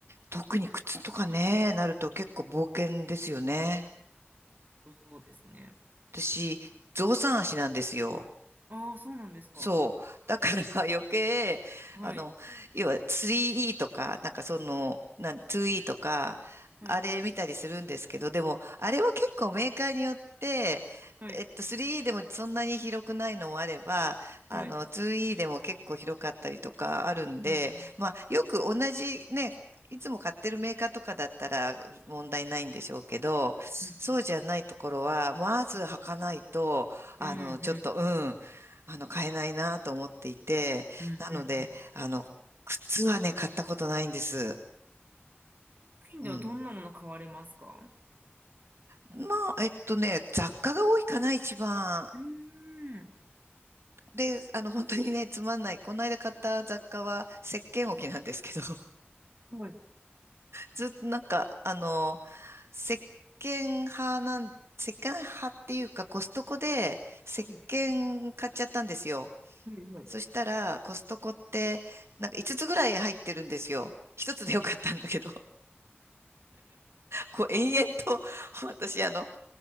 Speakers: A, on the right (about 80°); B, on the right (about 45°).
A: 特に靴とかね、なると結構冒険ですよね。
B: そうそうですね。
A: 私、象さん足なんですよ。
B: ああ、そうなんですか。
A: そう。だから <laughs> 余計、
B: はい。
A: あの、要は 3E とか、なんかその、なん、2E とか、
B: はい。
A: あれ見たりするんですけど、でも、あれは結構メーカーによって、
B: はい。
A: えっと、3E でもそんなに広くないのもあれば、あの、
B: はい。
A: 2E でも結構広かったりとかあるんで、
B: うん
A: まあ、よく同じね、いつも買ってるメーカーとかだったら問題ないんでしょうけど、
B: うん。
A: そうじゃないところは、
B: うんうん
A: まず履かないと、あの、
B: うん。うんうん。
A: ちょっと、うん。あの、買えないなと思っていて、
B: うんうんうん。
A: なので、あの、靴はね、買ったことないんです。
B: スペインではどんなもの買われますか
A: うん。まあ、えっとね、雑貨が多いかな、一番。
B: うーん。
A: で、あの、本当にね、つまんない。この間買った雑貨は、石鹸置きなんですけど、<laughs>
B: はい。
A: ずっとなんか、あの、石鹸派なん、石鹸派っていうか、コストコで石鹸買っちゃったんですよ。
B: はい。はい。はい。
A: そしたら、コストコって、なんか5つつぐらい入ってるんですよ。1つでよかったんだけど。
B: はい
A: こう延々と、<laughs> 私、あの、